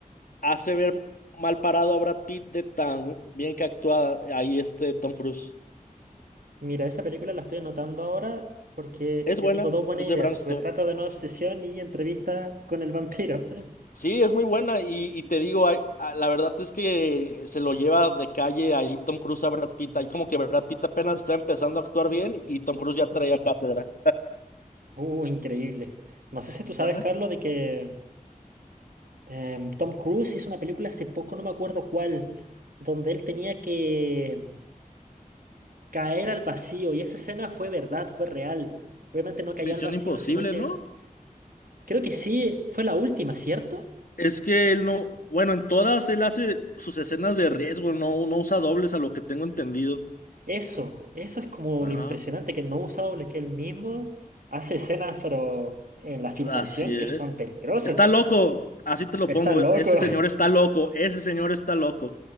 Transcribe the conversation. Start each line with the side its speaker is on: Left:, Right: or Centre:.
Left: hace ver mal parado a Brad Pitt de tan bien que actúa ahí este Tom Cruise.
Right: Mira, esa película la estoy anotando ahora porque
Left: Es
Right: ya
Left: buena,
Right: tengo dos buenas
Left: es
Right: ideas.
Left: de Bram Stoker.
Right: Retrato de una obsesión y entrevista con el vampiro. <laughs>
Left: Sí, es muy buena y, y te digo, hay- a- la verdad es que se lo lleva de calle ahí Tom Cruise a Brad Pitt. Ahí como que Brad Pitt apenas está empezando a actuar bien y Tom Cruise ya traía cátedra.
Right: Uh, increíble. No sé si tú sabes,
Left: <laughs> Ajá.
Right: Carlos, de que em, Tom Cruise hizo una película hace poco, no me acuerdo cuál, donde él tenía que em, caer al vacío y esa escena fue verdad, fue real. Obviamente no caía
Left: Misión
Right: al vacío,
Left: imposible,
Right: sino que
Left: ¿no?
Right: Creo que sí, fue la última, ¿cierto?
Left: Es que él no, bueno, en todas él hace sus escenas de riesgo, no, no usa dobles a lo que tengo entendido.
Right: Eso, eso es como
Left: Ajá,
Right: lo impresionante, que no ha usado lo que él mismo hace escenas, pero en la filmación
Left: así es.
Right: que son peligrosas.
Left: Está loco, así te lo
Right: Está
Left: pongo,
Right: loco.
Left: ese señor está loco, ese señor está loco.